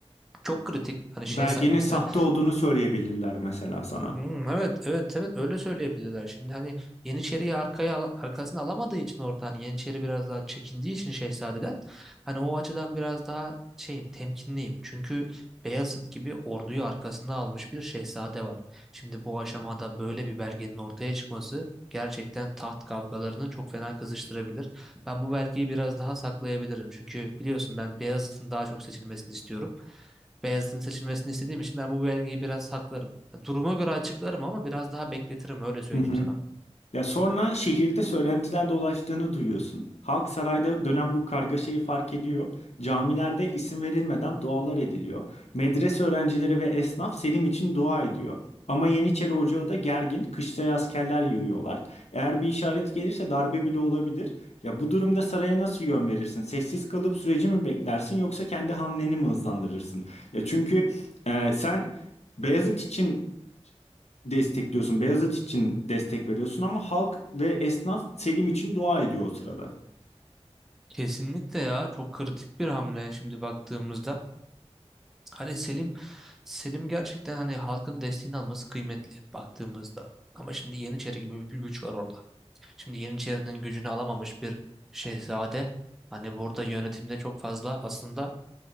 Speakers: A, in the centre; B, on the left (about 85°).
A: çok kritik. Hani şehzade
B: Belgenin
A: mesela
B: sahte olduğunu söyleyebilirler mesela sana.
A: Hmm, evet evet evet öyle söyleyebilirler. Şimdi hani Yeniçeri'yi arkaya al- arkasına alamadığı için orada hani Yeniçeri biraz daha çekindiği için şehzadeden hani o açıdan biraz daha şeyim temkinliyim. Çünkü Beyazıt gibi orduyu arkasına almış bir şehzade var. Şimdi bu aşamada böyle bir belgenin ortaya çıkması gerçekten taht kavgalarını çok fena kızıştırabilir. Ben bu belgeyi biraz daha saklayabilirim. Çünkü biliyorsun ben Beyazıt'ın daha çok seçilmesini istiyorum. Beyazıt'ın seçilmesini istediğim için ben bu belgeyi biraz saklarım. Duruma göre açıklarım ama biraz daha bekletirim öyle söyleyeyim
B: Hı hı.
A: sana.
B: Ya sonra şehirde söylentiler dolaştığını duyuyorsun. Halk sarayda dönen bu kargaşayı fark ediyor. Camilerde isim verilmeden dualar ediliyor. Medrese öğrencileri ve esnaf Selim için dua ediyor. Ama Yeniçeri Ocağı da gergin, kışlaya askerler yığıyorlar. Eğer bir işaret gelirse darbe bile olabilir. Ya bu durumda saraya nasıl yön verirsin? Sessiz kalıp süreci mi beklersin yoksa kendi hamleni mi hızlandırırsın? Ya çünkü e, sen Beyazıt için destekliyorsun. Beyazıt için destek veriyorsun ama halk ve esnaf Selim için dua ediyor o sırada.
A: Kesinlikle ya çok kritik bir hamle şimdi baktığımızda. Hani Selim Selim gerçekten hani halkın desteğini alması kıymetli baktığımızda. Ama şimdi Yeniçeri gibi bir güç var orada. Şimdi Yeniçeri'nin gücünü alamamış bir şehzade. Hani burada yönetimde çok fazla aslında